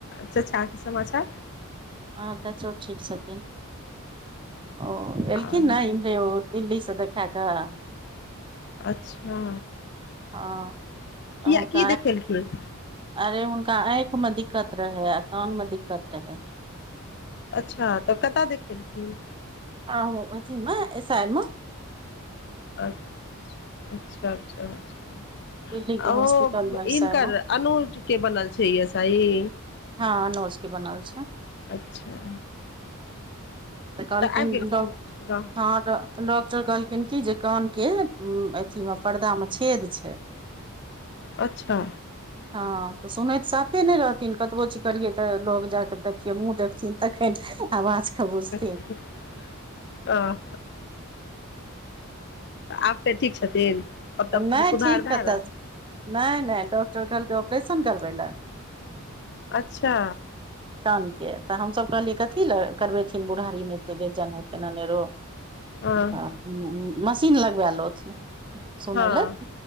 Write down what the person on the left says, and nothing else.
अच्छा कि समाचार
आ
अच्छा
किया की
देखेलखिन
अच्छा तऽ कतय देखेलखिन
अच अच्छा अच्छा अच्छा
ओ
हिनकर
अनुज के बनल छै अऐस ईी
अच्छा
आबि गेलखिन
गाँव
अच्छा
आ आ ठीक छथिन मतलब
सुधार
भए
रहल
अच्छा
हँ
हँ